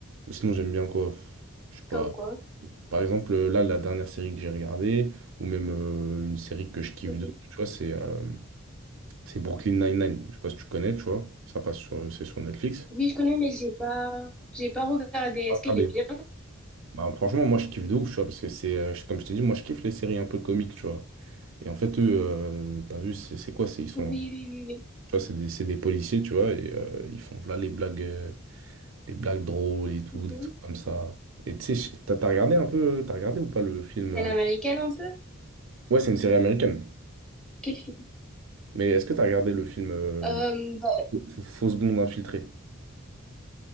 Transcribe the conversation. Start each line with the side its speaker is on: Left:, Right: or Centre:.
Right: Sinon, j'aime bien quoi? Je sais pas.
Centre: comme quoi?
Right: Par exemple, euh, là, la dernière série que j'ai regardée, ou même euh, une série que je kiffe
Centre: Mhm.
Right: de, tu vois, c'est euh, c'est Brooklyn Nine-Nine. Je sais pas si tu connais, tu vois. Ça passe sur, c'est sur Netflix.
Centre: Oui, je connais, mais j'ai pas j'ai pas regardé. Est-ce
Right: Ah,
Centre: qu'elle
Right: ah, mais-
Centre: est bien?
Right: Bah, franchement, moi, je kiffe de ouf, tu vois, parce que c'est, euh, je- comme je t'ai dit, moi, je kiffe les séries un peu comiques, tu vois. Et en fait, eux, euh, t'as vu, c'est c'est quoi? C'est, ils sont,
Centre: Oui,
Right: tu
Centre: oui, oui,
Right: vois, c'est des, c'est des policiers, tu vois, et euh, ils font, voilà, les blagues, euh, les blagues drôles et tout,
Centre: oui.
Right: des
Centre: Mhm.
Right: trucs comme ça. Et tu sais, je- t'as t'as regardé un peu, euh, t'as regardé ou pas le film?
Centre: Elle
Right: euh
Centre: est américaine un peu?
Right: Ouais, c'est une série américaine.
Centre: Quel film?
Right: Mais est-ce que tu as regardé le film euh,
Centre: Euh, bah,
Right: F- Fausse blonde infiltrée?